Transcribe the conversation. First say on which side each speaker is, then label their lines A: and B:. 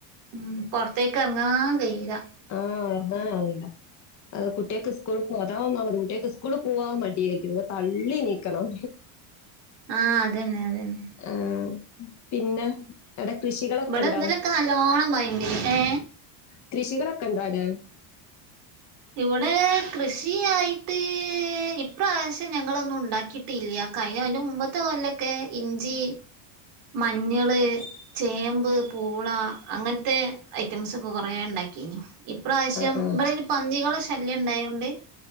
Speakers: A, on the right; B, on the left.
A: ഉം പൊറത്തേക്ക് എറങ്ങാൻ കൈയെല
B: ആഹ് എറങ്ങാനാവില്ല കുട്ടികക്ക് സ്കൂളിൽ പോവാൻ അതാണ് ഒന്നാമത് കുട്ട്യാൾക്ക് സ്കൂളിൽ പോവാൻ മടി ആയിരിക്കും ഇങ്ങനെ തള്ളി നീക്കണം
A: ആഹ് അതന്നെ അതന്നെ
B: ആ, പിന്നെ അവിടെ കൃഷികളൊക്കെ
A: ഇവിടെ
B: ഉണ്ടോ
A: ഇന്നലൊക്കെ നല്ലോണം മഴ ണ്ടേനി ഏ
B: കൃഷികളൊക്കെ ണ്ടോ അവടെ
A: ഇവിടെ കൃഷിയായിട്ട് ഇപ്രാവശ്യം ഞങ്ങളൊന്നും ഉണ്ടാക്കിട്ടില്ല കഴിഞ്ഞ അതിന് മുമ്പത്തെ കൊല്ലൊക്കെ ഇഞ്ചി മഞ്ഞള് ചേമ്പ് പൂള അങ്ങനത്തെ ഐറ്റംസ് ഒക്ക കൊറേ ഉണ്ടായി ഇ് പ്രാവശ്യം
B: ആ ആ
A: ഇവിടെ ഇനി പന്നികള് ശല്യം ഉണ്ടായതോൊണ്ട്